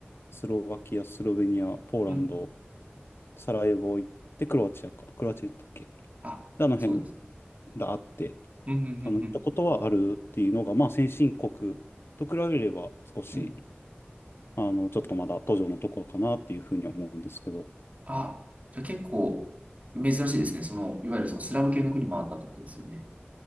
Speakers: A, on the left (about 75°); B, on the right (about 40°).
A: スロバキア、スロベニア、ポーランド、
B: うん
A: サラエボ行って、クロアチアか、クロアチア行ったっけであの辺
B: あ、そうなんです。
A: があって、
B: うん、うん、うん、
A: あの、行ったことはあるっていうのが、まあ、先進国と比べれば少し、
B: うん。うん
A: あの、ちょっとまだ途上のところかなっていうふうに思うんですけど。
B: あ、じゃあ結構珍しいですね。その、いわゆるそのスラブ系の国もあったってことですよね。